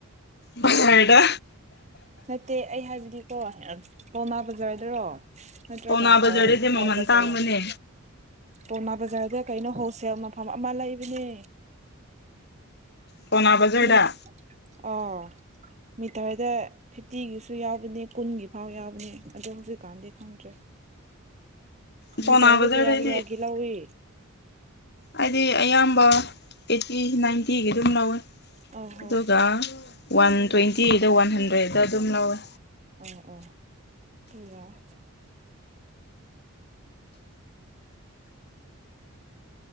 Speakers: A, on the left; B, on the right.
A: ꯕꯁꯔꯗ
B: ꯅꯠꯇꯦ ꯑꯩ ꯍꯥꯏꯕꯗꯤꯀꯣ ꯄꯧꯅꯥ ꯕꯖꯥꯔꯗꯔꯣ ꯅꯠꯇ꯭ꯔꯒ
A: ꯄꯥꯎꯅꯥ ꯕꯖꯥꯔꯗꯗꯤ
B: ꯑꯣꯔ ꯊꯣꯡꯒꯥꯜ
A: ꯃꯃꯜ
B: ꯕꯖꯔ
A: ꯇꯥꯡꯕꯅꯦ
B: ꯄꯣꯃꯥ ꯕꯖꯥꯔꯗ ꯀꯩꯅꯣ ꯍꯣꯜꯁꯦꯜ ꯑꯃ ꯐꯝ ꯑꯃ ꯂꯩꯕꯅꯦ
A: ꯄꯥꯎꯅꯥ ꯕꯖꯥꯔꯗ
B: ꯐꯤ ꯑꯥ ꯃꯤꯇꯔꯗ ꯐꯤꯐꯇꯤꯒꯤꯁꯨ ꯌꯥꯎꯕꯅꯦ ꯀꯨꯟꯒꯤ ꯐꯥꯎ ꯌꯥꯎꯕꯅꯦ ꯑꯗꯣ ꯍꯧꯖꯤꯛꯀꯥꯟꯗꯤ ꯈꯪꯗ꯭ꯔꯦ
A: ꯄꯥꯎꯅꯥ
B: ꯃꯤꯇꯔꯗ
A: ꯕꯖꯥꯔꯗꯩꯗꯤ
B: ꯀꯌꯥ ꯀꯌꯥꯒꯤ ꯂꯧꯏ
A: ꯑꯩꯗꯤ ꯑꯌꯥꯝꯕ ꯑꯩꯠꯇꯤ ꯅꯥꯏꯟꯇꯤꯒꯤ ꯑꯗꯨꯝ ꯂꯧꯋꯦ
B: ꯑꯧ ꯍꯣꯏ
A: ꯑꯗꯨꯒ ꯋꯥꯟ ꯇ꯭ꯋꯦꯟꯇꯤꯗ ꯋꯥꯟ ꯍꯟꯗ꯭ꯔꯦꯗ ꯑꯗꯨꯝ ꯂꯧꯋꯦ
B: ꯑꯣ ꯑꯣ ꯗꯨ ꯌꯥꯏ